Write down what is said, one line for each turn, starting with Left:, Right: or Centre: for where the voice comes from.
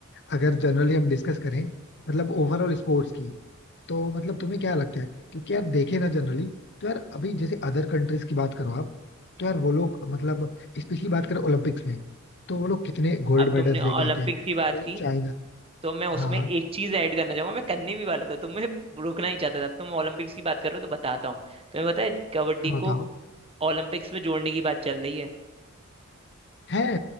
Left: अगर जनरली हम डिस्कस करें मतलब ओवरऑल स्पोर्ट्स की तो मतलब तुम्हें क्या लगता है क्योंकि यार देखे ना जनरली तो यार अभी जैसे अदर कंट्रीज की बात करो आप तो यार वो लोग मतलब स्पेशली बात करें ओलंपिक्स में तो वो लोग कितने गोल्ड
Right: अब
Left: मेडल्स
Right: तुमने ओलंपिक्स
Left: लेके आते हैं
Right: की बात
Left: जैसे
Right: की
Left: चाइना
Right: तो मैं उसमें
Left: हाँ
Right: एक चीज ऐड करना चाहूंगा मैं करने भी वाला था तो मैं रोकना ही चाहता था अब तुम ओलंपिक्स की बात कर रहे हो तो बताता हूँ तुम्हें पता है कबड्डी
Left: हाँ बताओ
Right: को ओलंपिक्स में जोड़ने की बात चल रही है
Left: है